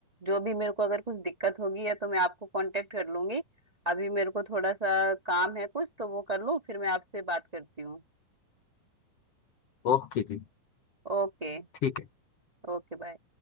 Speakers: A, on the right; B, on the left.
A: जो भी मेरे को अगर कुछ दिक्कत होगी या तो मैं आपको कांटेक्ट कर लूंगी अभी मेरे को थोड़ा सा काम है कुछ तो वो कर लूँ फिर मैं आपसे बात करती हूँ
B: ओके जी
A: ओके
B: ठीक है
A: Okay bye